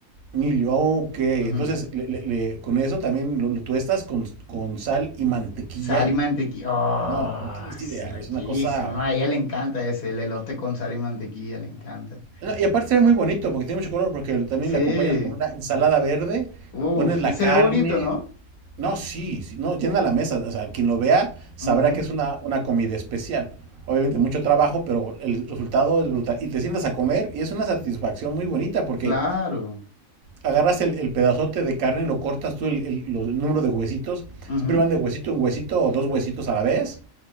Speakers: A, on the right; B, on the left.
A: milio, ok.
B: Ujú.
A: Entonces, le- le- le- con eso también lo, lo tuestas con, con sal y mantequilla.
B: Sal y mantequilla. Oh,
A: No, no tienes
B: es
A: idea,
B: riquísimo,
A: es una cosa
B: ¿no? A ella le encanta ese, el elote con sal y mantequilla, le encanta.
A: No, y aparte se ve muy bonito porque tiene mucho color, porque lo- también
B: Sí,
A: le acompañas con una ensalada verde,
B: uff,
A: pones la
B: y se
A: carne.
B: ve bonito, ¿no?
A: No, sí, sí, no, llena la mesa. O sea, quien lo vea sabrá
B: Ujú,
A: que es una, una comida especial. Obviamente mucho trabajo, pero el resultado es brutal. Y te sientas a comer y es una satisfacción muy bonita porque
B: Claro,
A: agarras el, el pedazote de carne, lo cortas tú el, el- lo- el número de huesitos.
B: ujú,
A: Siempre van de huesito en huesito o dos huesitos a la vez.